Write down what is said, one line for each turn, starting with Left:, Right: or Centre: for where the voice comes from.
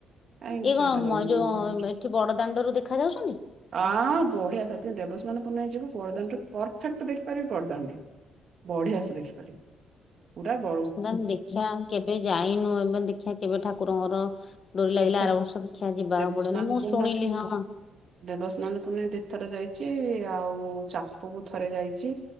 Right: କାଇଁ ମିଛ
Left: ଇଏ କଣ
Right: କଥା କହିବି
Left: ଯୋଉ
Right: ମୁଁ
Left: ଏଠି ବଡ ଦାଣ୍ଡରୁ ଦେଖା ଯାଉଛନ୍ତି
Right: ହଁ ବଢିଆ ସେଠି ଦେବସ୍ନାନ ପୁର୍ଣିମା ଯିବୁ ବଡଦାଣ୍ଡ ପରଫେକ୍ଟ ଦେଖିପାରିବେ ବଡଦାଣ୍ଡେ ବଢିଆସେ ଦେଖିପାରିବୁ ପୁରା ବ
Left: ନହେଲେ ଦେଖିବା କେବେ ଯାଇନୁ ଏବେ ଦେଖିବା କେବେ ଠାକୁରଙ୍କର ଡୋରି
Right: ତୀର୍ଥରେ
Left: ଲାଗିଲା ଆର ବର୍ଷ ଦେଖିଆ ଯିବାକୁ
Right: ଦେବସ୍ନାନ
Left: ପଡେନ ମୁଁ
Right: ପୂର୍ଣ୍ଣିମା
Left: ଶୁଣିଲି
Right: ସେଇ
Left: ହଁ ହଁ
Right: ଦେବସ୍ନାନ ପୂର୍ଣ୍ଣିମା ଦି ଥର ଯାଇଛି ଆଉ ଚାପକୁ ଥରେ ଯାଇଛି